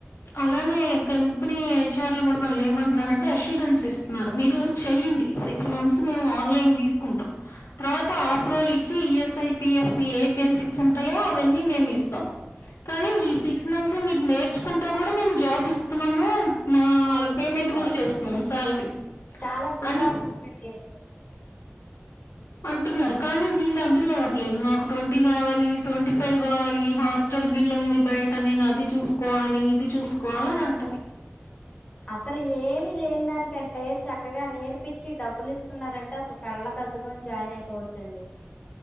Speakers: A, on the left; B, on the left.
A: అలానే కంపెనీ హెచ్ ఆర్లు కూడా మళ్ళీ ఏమంటున్నారుంటే అసూరెన్స్ ఇస్తున్నారు మీరు చెయ్యండి సిక్స్ మంత్స్ మేము ఆన్లైన్ తీసుకుంటాం తర్వాత ఆఫ్ రోలు ఇచ్చి ఈఎస్ఐపిఎఫ్ ఏ బెనిఫిట్స్ ఉంటాయో అవన్నీ మేము ఇస్తాం కానీ ఈ సిక్స్ మంత్స్ మీరు నేర్చుకుంటా కూడా మేము జాబ్ ఇస్తున్నాము మా
B: శాలరీ
A: పేమెంట్
B: ప్రొవైడ్
A: కూడా చేస్తున్నాం
B: చేస్తారు
A: శాలరీ
B: చాలా గుడ్
A: అని
B: ఆపర్చునిటీ అండి
A: అంటున్నారు కానీ వీళ్ళు అగ్రీ అవ్వట్లేదు నాకు ట్వంటీ కావాలి ట్వంటీ ఫైవ్ కావాలి హాస్ <unintelligible> బిల్ ఉంది బయట నేను అది చూసుకోవాలి ఇది చూసుకోవాల అని అంటారు
B: అసలు ఏమి లేని దానికంటే చక్కగా నేర్పిచ్చి డబ్బులు ఇస్తున్నారంటే అసలు కళ్ళ అద్దుకొని జాయిన్ అయిపోవచ్చండి